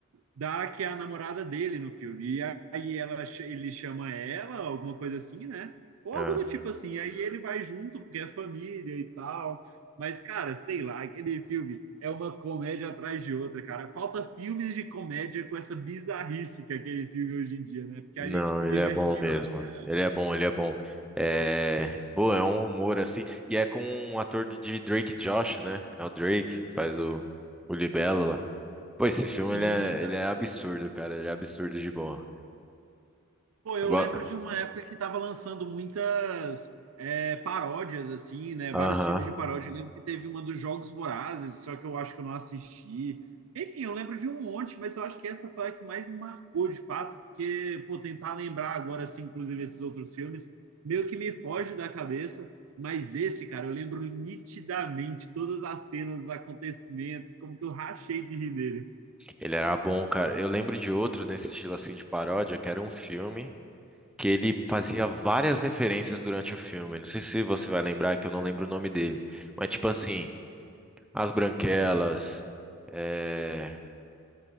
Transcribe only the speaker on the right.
da que é a namorada dele no filme. E aí ela, ch- ele chama ela, alguma coisa assim, né? Ou
algo do tipo assim. Aí ele vai junto, porque é família e tal. Mas, cara, sei lá, aquele filme é uma comédia atrás de outra, cara. Falta filmes de comédia com essa bizarrice que é aquele filme hoje em dia, né? Porque
a gente se
diverte
demais,
cara.
Sim,
Pô, eu
lembro de uma época que tava lançando muitas é, paródias, assim, né?
Vários filmes de paródia. Eu lembro que teve uma dos Jogos Vorazes, só que eu acho que eu não assisti. Enfim, eu lembro de um monte, mas eu acho que essa foi a que mais me marcou, de fato, porque, pô, tentar lembrar agora, assim, inclusive esses outros filmes, meio que me foge da cabeça. Mas esse, cara, eu lembro nitidamente todas as cenas, os acontecimentos, como que eu rachei de rir nele.